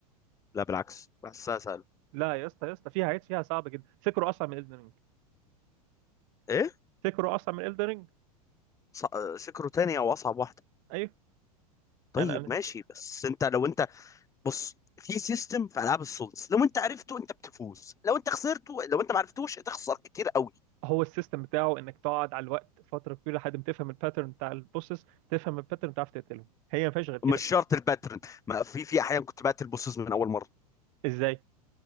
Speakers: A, on the left; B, on the right.
A: لا بالعكس بحسها سهله
B: لا يا اسطى يا اسطى فيها عيب فيها صعبه جدا سكرو اصعب من الدن رينج
A: ايه
B: سكرو اصعب من الدن رينج
A: ص- آه، سكروا تاني او اصعب واحده
B: ايوه
A: طيب
B: يعني أنا
A: ماشي بس انت لو انت بص في سيستم في العاب السولز لو انت عرفته انت بتفوز لو انت خسرته لو انت ما عرفتوش هتخسر كتير قوي
B: هو السيستم بتاعه انك تقعد على الوقت فتره كبيره لحد ما تفهم الباترن بتاع البوسس تفهم الباترن تعرف تقتلهم هي ما فيهاش غير كده
A: مش شرط الباترن ما في في احيان كنت بقتل بوسز من اول مره
B: ازاي